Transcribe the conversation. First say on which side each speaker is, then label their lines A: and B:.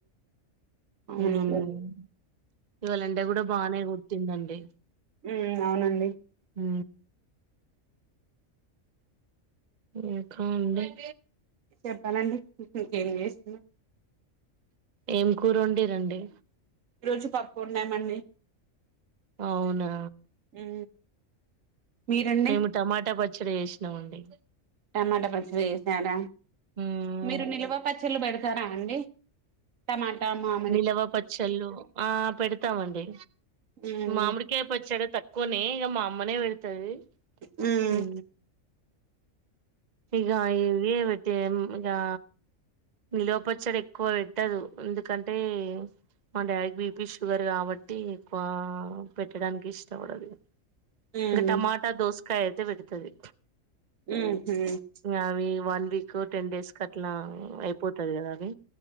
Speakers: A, on the right (about 75°); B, on the right (about 35°).
A: అవునవును
B: మ్మ్ ఇవాళ ఎండ కూడా బాగానే కూర్తుందండి
A: ఉమ్ అవునండి
B: హ ఏకా ఉన్నాయ్
A: చెప్పాలండి ఇంకేం చేస్తున్నావ్
B: ఏం కూర వండిర్రు అండి
A: ఈ రోజు పప్పు వండాము అండి
B: అవునా
A: ఉ మీరు అండి
B: మేము టమాటా పచ్చడి చేసినాం అండి
A: టమాటా పచ్చిడి చేసినారా
B: మ్మ్
A: మీరు నిల్వ పచ్చళ్ళు పెడతారా అండి టమాటా మామ్
B: నిల్వ పచ్చళ్ళు ఆ పెడతామండి
A: మ్మ్
B: మామిడి కే పచ్చాడ తక్కువనే ఇగ మా అమ్మనే పెడతది
A: మ్మ్
B: ఊ ఇగా ఇవే పెట్టే మ్ గా నిల్వ పచ్చడి ఎక్కువ పెట్టదు ఎందుకంటే మా డాడీకి బిపీ షుగర్ కాబట్టి ఎక్కువ పెట్టడానికి ఇష్టపడదు ఇగ
A: మ్మ్
B: ఇంకా టమాటా దోసకాయ అయితే పెడుతది
A: ఉహు
B: అవి వన్ వీక్ టెన్ డేస్ క అట్లా అయిపోతది కదా అవి